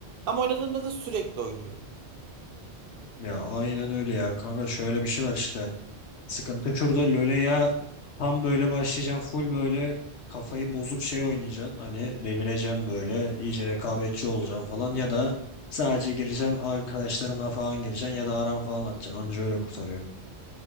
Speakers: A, on the right; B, on the left.
A: Ama oynadığımda da sürekli oynuyorum.
B: Ya aynen öyle ya. Kanka şöyle bir şey var işte. Sıkıntı şurada LoL'e ya tam böyle başlayacağım full böyle kafayı bozup şey oynayacaksın. Hani delireceğim böyle iyice rekabetçi olacaksın falan ya da sadece gireceksin arkadaşlarına falan gireceksin ya da aran falan atacaksın. Anca öyle kurtarıyor.